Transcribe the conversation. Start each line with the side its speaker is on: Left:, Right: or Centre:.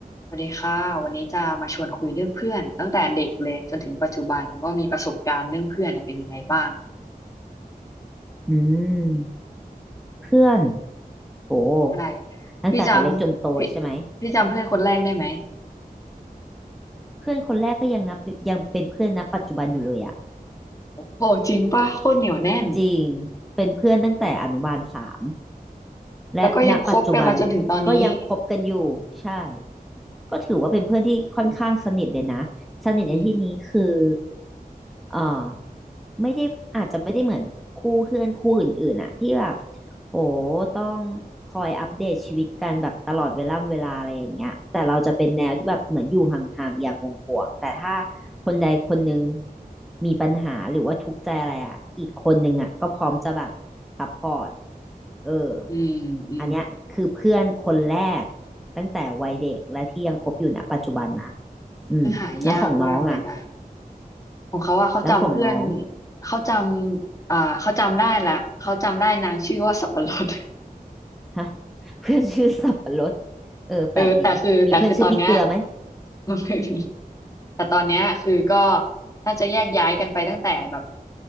Left: สวัสดีค่ะวันนี้จะมาชวนคุยเรื่องเพื่อนตั้งแต่เด็กเลยจนถึงปัจจุบันว่ามีประสบการณ์เรื่องเพื่อนเนี่ยเป็นยังไงบ้าง
Centre: อืมเพื่อนโอ้
Left: ใช่
Centre: ตั้งแต่เล็กจนโตใช่ไหม
Left: พี่จำพี่พี่จำเพื่อนคนแรกได้ไหม
Centre: เพื่อนคนแรกก็ยังนับยังเป็นเพื่อนณปัจจุบันอยู่เลยอะ
Left: โอ้โหจริงป่ะโคตรเหนียวแน่น
Centre: จริงเป็นเพื่อนตั้งแต่อนุบาลสามและณปัจจุบัน
Left: แล้วก็ยังคบกันมาจนถึงตอนนี้
Centre: ก็ยังคบกันอยู่ใช่ก็ถือว่าเป็นเพื่อนที่ค่อนข้างสนิทเลยนะสนิทในที่นี้คือ
Left: อืม
Centre: เอ่อไม่ได้อาจจะไม่ได้เหมือนคู่เพื่อนคู่อื่นๆอะที่แบบ โหต้องคอยอัปเดตชีวิตกันแบบตลอดเวลาำเวลาอะไรอย่างเงี้ยแต่เราจะเป็นแนวที่แบบเหมือนอยู่ห่างๆอย่างห่วงๆแต่ถ้าคนใดคนหนึ่งมีปัญหาหรือว่าทุกข์ใจอะไรอ่ะอีกคนหนึ่งอ่ะก็พร้อมจะแบบซัพพอร์ตเออ
Left: อืมอืม
Centre: อันเนี้ยคือเพื่อนคนแรกตั้งแต่วัยเด็กและที่ยังคบอยู่ณปัจจุบันนะอืมแล้วของน้องอ่ะ
Left: ซึ่งหายากมากเลยนะของเขาว่าเขาจำเพื่อน
Centre: แล้วของน้อง
Left: เขาจำอ่าเขาจำได้ละเขาจำได้นางชื่อว่าสับปะรด
Centre: ฮะ <laughs> เพื่อนชื่อสับปะรดเออแปลกดีมีเพื่อนชื่อพริกเกลือไหม
Left: เออแต่คือแต่คือตอนเนี้ย <laughs> ไม่มี <laughs> แต่ตอนเนี้ยคือก็น่าจะแยกย้ายกันไปตั้งแต่แบบ